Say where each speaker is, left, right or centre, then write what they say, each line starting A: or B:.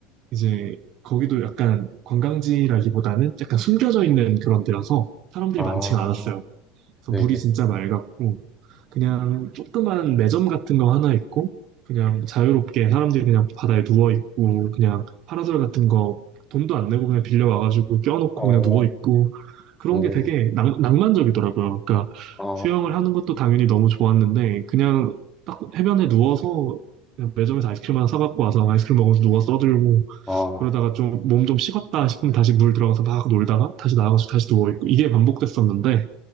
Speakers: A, on the right; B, in the centre.
A: 이제 거기도 약간 관광지라기보다는 약간 숨겨져 있는 그런 데여서 사람들이
B: 아,
A: 많지가 않았어요. 그래서
B: 네네.
A: 물이 진짜 맑았고 그냥 조그만 매점 같은 거 하나 있고 그냥 자유롭게 사람들이 그냥 바다에 누워 있고 그냥 파라솔 같은 거 돈도 안 내고 그냥 빌려 와가지고 껴놓고
B: 어,
A: 그냥 누워 있고 그런
B: 오,
A: 게 되게 낭, 낭만적이더라고요. 그러니까
B: 아,
A: 수영을 하는 것도 당연히 너무 좋았는데 그냥 딱 해변에 누워서 그냥 매점에서 아이스크림 하나 사갖고 와서 아이스크림 먹으면서 누워 써들고
B: 아,
A: 그러다가 좀 몸 좀 식었다 싶으면 다시 물 들어가서 막 놀다가 다시 나와가지고 다시 누워있고 이게 반복됐었는데